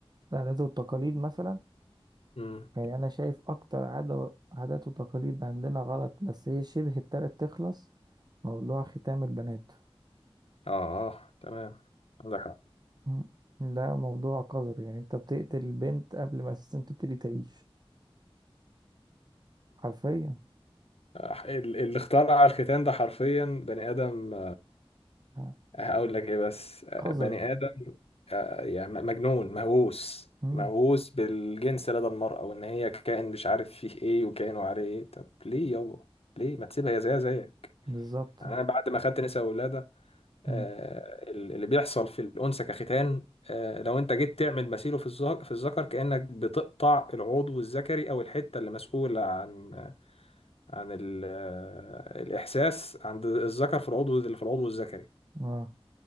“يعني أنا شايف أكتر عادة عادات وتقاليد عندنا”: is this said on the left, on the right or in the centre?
Right